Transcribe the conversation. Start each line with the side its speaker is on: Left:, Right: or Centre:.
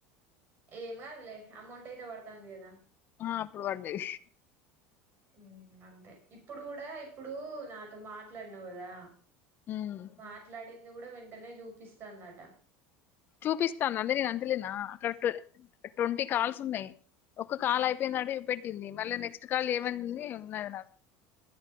Right: ఏం కాదులే అమౌంట్ అయితే పడుతోంది కదా
Left: ఆ అప్పుడు పడ్డాయి
Right: హ్మ్ అంతే ఇప్పుడు కూడా ఇప్పుడు నాతో మాట్లాడినావు కదా
Left: ఉమ్
Right: మాట్లాడింది కూడా వెంటనే చూపిస్తాదట
Left: చూపిస్తాంది అదే నేను అంటలేనా అక్కడ ట్వంటీ కాల్స్ ఉన్నాయి ఒక కాల్ అయిపోయినట్టు చుపెట్టింది మళ్ళీ నెక్స్ట్ కాల్ ఏమంది ఉన్నది నాకు